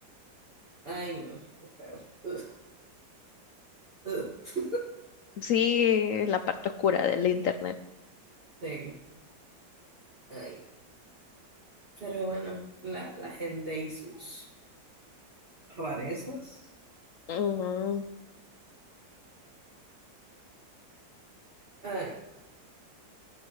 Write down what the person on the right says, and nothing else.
Ay, no, qué feo. <laughs> Ugh, ugh.
Sí, ay. Pero bueno, la, la gente y sus. rarezas.
Ay,